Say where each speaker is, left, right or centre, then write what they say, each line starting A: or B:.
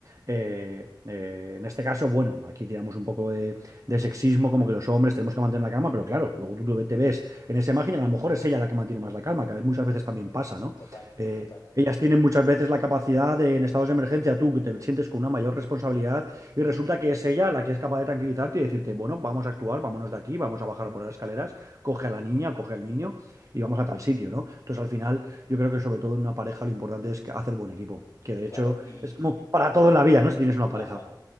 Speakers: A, on the right; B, on the left.
A: eh, eh, en este caso, bueno, aquí tiramos un poco de, de sexismo, como que los hombres tenemos que mantener la calma, pero claro, luego tú te ves en esa imagen y a lo mejor es ella la que mantiene más la calma, que muchas veces también pasa, ¿no?
B: total,
A: Eh,
B: total.
A: ellas tienen muchas veces la capacidad de, en estados de emergencia, tú que te sientes con una mayor responsabilidad, y resulta que es ella la que es capaz de tranquilizarte y decirte, bueno, vamos a actuar, vámonos de aquí, vamos a bajar por las escaleras, coge a la niña, coge al niño y vamos a tal sitio, ¿no? Entonces al final yo creo que sobre todo en una pareja lo importante es que- hacer buen equipo, que de
B: Claro,
A: hecho
B: y...
A: es como para todo en la vida, ¿no? Si tienes una pareja.
B: Ajá.